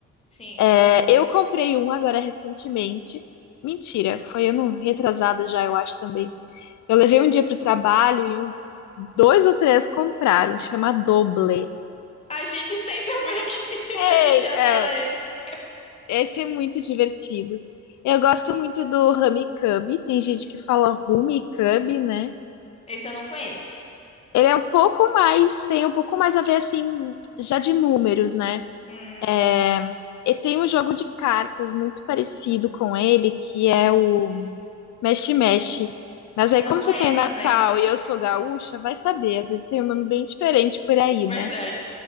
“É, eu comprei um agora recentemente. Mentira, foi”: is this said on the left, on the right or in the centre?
Left